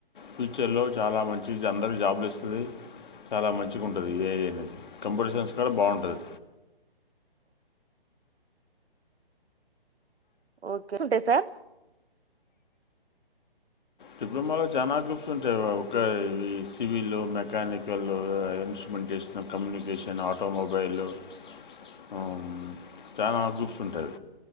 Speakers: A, on the left; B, on the right.
A: ఫ్యూచర్లో చాలా మంచి అందరికీ జాబులు ఇస్తాది. చాలా మంచిగుంటది ఇ ఏఐ అనేది కంప్యూటర్ సైన్స్ కంటే బాగుంటది.
B: ఓకే ఉంటాయ్ సార్.
A: డిప్లొమాలో చాలా గ్రూప్స్ ఉంటాయి ఒక ఇవి civil mechanical instrumentation communication automobile. హ్మ్ చాన గ్రూప్స్ ఉంటాయి.